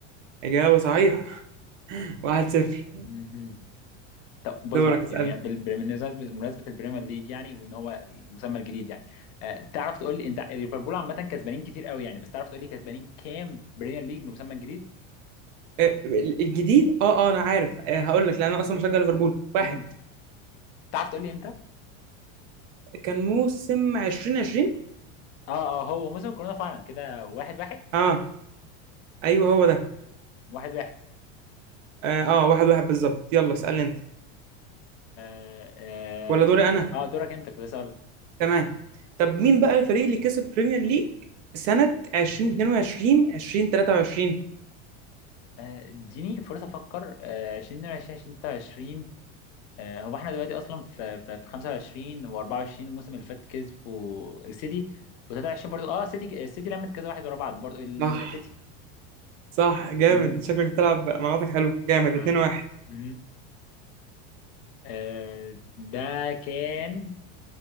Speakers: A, on the right; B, on the left.
A: إجابة صحيحة <laughs> 1-0
B: مهم. طب بص
A: دورك
B: بقى
A: اسألني
B: يعني بال- بالمناسبة بمناسبة البريمير ليج يعني وان هو المسمى الجديد يعني آه تعرف تقول لي انت ليفربول عامة كسبانين كتير قوي يعني بس تعرف تقول لي كسبانين كام بريمير ليج بالمسمى الجديد؟
A: آه، الجديد اه اه انا عارف آه هقول لك لان انا اصلا بشجع ليفربول واحد
B: مم. تعرف تقول لي امتى؟
A: كان موسم 2020
B: اه اه هو موسم كورونا فعلا كده واحد واحد
A: اه ايوه هو ده
B: واحد واحد
A: اه, آه واحد واحد بالظبط يلا اسالني
B: مم.
A: انت
B: اه
A: ولا
B: اه
A: دوري انا
B: آه، دورك انت كنت لسه اقول لك
A: تمام طب مين بقى الفريق اللي كسب بريمير ليج سنة 2022 2023
B: آه، اديني فرصة افكر آه، 2022 2023 آه، هو احنا دلوقتي اصلا في في في 25 و24 الموسم اللي فات كسبوا السيتي و23 برضو اه سيتي السيتي لمت كذا واحد ورا بعض برضو السيتي
A: صح صح جامد
B: مهم.
A: شكلك بتلعب مناطق حلوة جامد
B: اه
A: 2 1
B: مهم. آه، ده كان